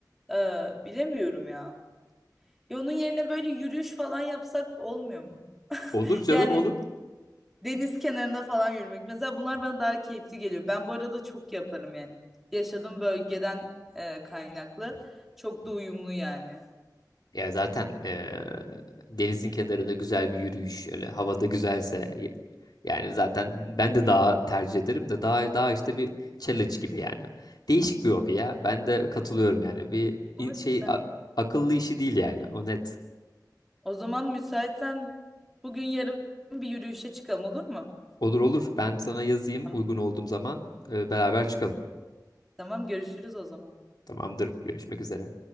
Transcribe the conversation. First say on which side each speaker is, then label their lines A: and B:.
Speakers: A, in the centre; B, on the left (about 70°).
A: e, bilemiyorum ya. Ya onun yerine böyle yürüyüş falan yapsak olmuyor mu?
B: Olur canım
A: Yani
B: olur.
A: Deniz kenarında falan yürümek. Mesela bunlar bana daha keyifli geliyor. Ben bu arada çok yaparım yani. Yaşadığım bölgeden e, kaynaklı. Çok da uyumlu yani.
B: Ya zaten eee, denizin kenarında güzel bir yürüyüş, öyle havada güzelse y- yani zaten ben de daha tercih ederim de daha daha işte bir challenge gibi yani. Değişik bir hobi ya. Ben de katılıyorum yani. Bir in-
A: Ama
B: şey
A: güzel.
B: a- akıllı işi değil yani. O net.
A: O zaman müsaitsen bugün yarın bir yürüyüşe çıkalım olur mu?
B: Olur olur. Ben sana yazayım
A: Tamam,
B: uygun olduğum zaman e, beraber çıkalım.
A: tamam görüşürüz o zaman.
B: Tamamdır. Görüşmek üzere.